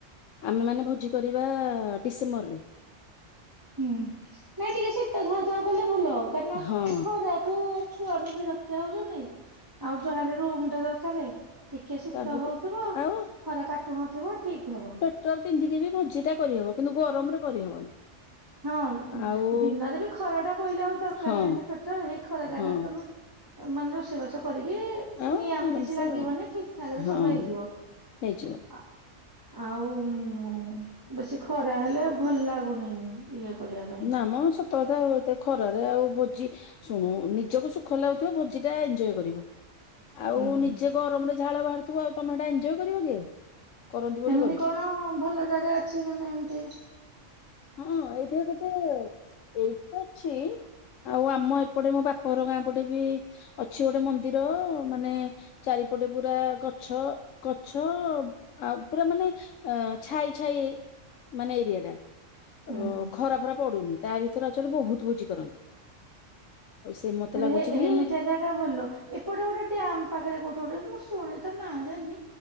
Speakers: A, on the left; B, on the right.
A: ଆମେ ମାନେ ଭୋଜି କରିବା ଡିସେମ୍ବରରେ।
B: ହୁଁ ନାଇଁ ଟିକେ ଶୀତ ଥାଉ ଥାଉ କଲେ ଭଲ। କାରନ
A: ହଁ
B: ଖରାକୁ ଛୁଆ ବି ବିରକ୍ତିଆ ହଉଚନ୍ତି ଆଉ ଯା ହେଲେ ରୁମ ଟେ ଦରକାରେ ଟିକିଏ ଶୀତ
A: ତାପରେ
B: ହଉଥିବ
A: ଆଉ
B: ଖରା କାଟୁ ନଥିବ ଠିକ୍ ହବ।
A: ଟ ର ପିନ୍ଧିକି ବି ଭୋଜିଟା କରିହବ କିନ୍ତୁ ଗରମରେ କରିହବନି।
B: ହଁ
A: ଆଉ
B: ଦିନରେ ବି ଖରା ଟା ପଇଲେ ଆଉ ଦରକାର
A: ହଁ
B: ନାହିଁ ନା ସ୍ୱେଟର ହେଇ ଖରା ଜାଗାରେ
A: ହଁ
B: ତମେ ମାନେ ରୋଷେଇବାସ କରିକି ଇ
A: ଆଉ
B: ନିଆଁ ବି
A: ଆରାମସେ
B: କିଛି ଲାଗିବନି ଠିକଠାକ୍ ରେ
A: ହଁ
B: ସବୁ ହେଇଯିବ
A: ହେଇଯିବ
B: ଆ ଆଉ ଉଁ ବେଶୀ ଖରା ହେଲେ ଭଲ ଲାଗୁନି ଇଏ କରିବା ପାଇଁ।
A: ଆମ ସତ କଥା ଆଉ ଏତେ ଖରାରେ ଆଉ ଭୋଜି ଶୁଣୁ ନିଜକୁ ସୁଖ ଲାଗୁଥିବ ଭୋଜିଟା ଏଞ୍ଜୟ କରିବ। ଆଉ
B: ହୁଁ
A: ନିଜେ ଗରମରେ ଝାଳ ବାହାରୁଥିବ ଆଉ ତମେ ହେଟା ଏଞ୍ଜୟ୍ କରିବ କି ଆଉ। କରନ୍ତି ବୋଲି
B: ଏମିତି
A: କରିବ।
B: କଣ ଭଲ ଜାଗା ଅଛି ମାନେ ଏମତି
A: ହଁ ଏଇଠେ ଗୋଟେ ଏଇଠି ତ ଅଛି ଆଉ ଆମ ଏପଟେ ମୋ ବାପ ହର ଗାଁ ପଟେ ବି ଅଛି ଗୋଟେ ମନ୍ଦିର ମାନେ ଚାରିପଟେ ପୁରା ଗଛ ଗଛ ଆଉ ପୁରା ମାନେ ଅ ଛାଇ ଛାଇ ମାନେ ଏରିଆଟା।
B: ହୁଁ
A: ଅ
B: ହୁଁ
A: ଖରାପୁରା ପଡୁନି ତା ଭିତରେ ଆକଚୁଆଲି ବହୁତ ଭୋଝି କରନ୍ତି। ଆଉ ସେ ମତେ
B: ଆରେ
A: ଲାଗୁଛି
B: ହେ
A: କି
B: ହେମିତିଆ ଜାଗା ଭଲ ଏପଟେ ଗୋଟେ ଡ୍ୟାମ୍ ପାଖେରେ କୋଉଠି ଗୋଟେ ମୁଁ ଶୁଣି ତା ନାଁ ଜାଣିନି